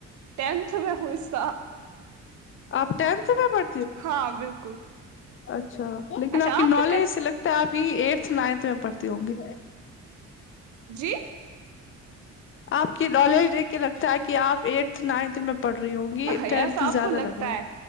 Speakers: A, on the right; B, on the left.
A: ٹینتھ میں ہوں اس سال
B: اپ ٹینھ میںں پڑ
A: ہاں بالکل
B: اچھا لیکن
A: اچھا
B: آپ کی نالج
A: کیا کر
B: سے لگتا ہے آپ یہ ای س نینتھ میں پڑھتی ہوں گی
A: جی
B: آپ کی نالج دیکھ کے لگتا ہے کہ آپ ایٹتھ نائنتھ میں پڑھ رہی ہوں گی
A: یس
B: ٹینتھ
A: آپ
B: زیادہ
A: کو لگتا
B: لگ رہا ہے